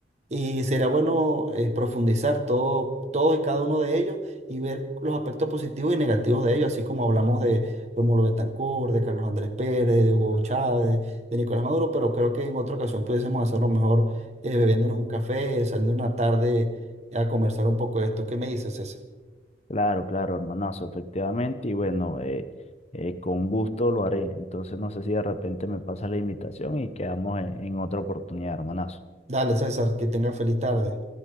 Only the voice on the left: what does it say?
Claro, claro, hermanazo, efectivamente. Y bueno, eh, eh, con gusto lo haré. Entonces no sé si de repente me pasa la invitación y quedamos en en otra oportunidad, hermanazo.